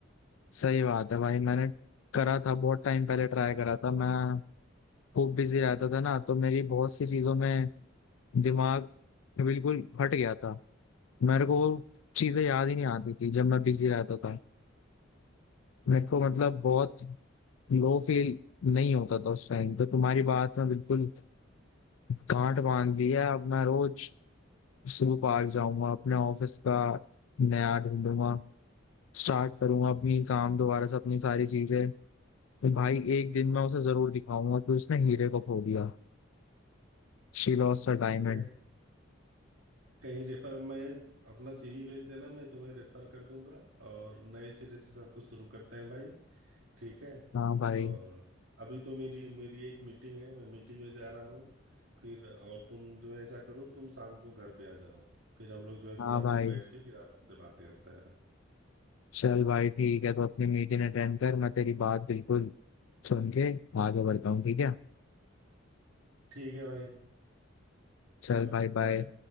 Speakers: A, on the left (about 80°); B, on the right (about 75°).
A: सही बात है भाई मैंने करा था बहुत टाइम पहले ट्राई करा था मैं खूब बिजी रहता था ना तो मेरी बहुत सी चीजों में दिमाग बिल्कुल हट गया था मेरे को वो चीजें याद ही नहीं आती थी जब मैं बिजी रहता था मेरे को मतलब बहुत लो फील नहीं होता था उस टाइम तो तुम्हारी बात में बिल्कुल गांठ बांध ली है अब मैं रोज जू पार्क जाऊंगा अपने ऑफिस का नया ढूंढूंगा स्टार्ट करूंगा अपनी काम दोबारा से अपनी सारी चीजें तो भाई एक दिन मैं उसे जरूर दिखाऊंगा कि उसने हीरे को खो दिया She lost her diamond
B: कहीं कहीं रेफर मैं अपना सीवी भेज देना मैं तुम्हें रेफर कर दूंगा और नए सिरे से सब कुछ शुरू करते हैं भाई ठीक है
A: हाँ भाई
B: और अभी तो मेरी मेरी एक मीटिंग है मैं मीटिंग में जा रहा हूँ फिर और तुम जो है ऐसा करो तुम शाम को घर पे आ जाओ फिर हम लोग जो है
A: हाँ
B: थोड़ा
A: भाई
B: देर बैठ के फिर आराम से बातें करते हैं
A: चल भाई ठीक है तो अपनी मीटिंग अटेंड कर मैं तेरी बात बिल्कुल सुन के आगे बढ़ता हूँ ठीक है
B: ठीक है भाई
A: चल
B: चलो
A: भाई
B: बाय
A: बाय